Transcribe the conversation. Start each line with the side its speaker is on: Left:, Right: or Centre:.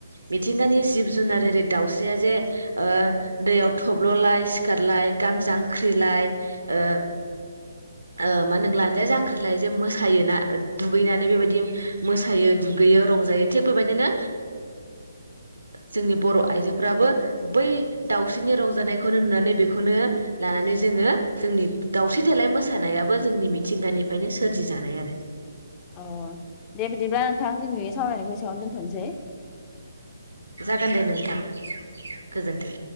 Right: मिथिंगानि जिब जुनार जेरै दाउस्रिया जे ओ दैयाव थब्ल'लाय सिखारलाय गां जांख्रिलाय ओ ओ मा होन ला लाय जांख्रिलाय जों मोसायो ना दुगैनानै बेबायदि मोसायो दुगैयो रंजायो थिग बेबायदिनो जोंनि बर' आइजोफ्राबो बै दाउस्रिनि रंजानायखौनो नुनानै बेखौनो लानानै जोङो जोंनि दावस्रि देलाय मोसानायाबो जोंनि थिंगानिफायनो सोरजि जानाय आरो
Left: अ दे बिदिब्ला नोंथां दिनै सावरायनायखौ एसेयावनो दोनथ'नसै।
Right: जागोन दे नोंथां गोजोन्थों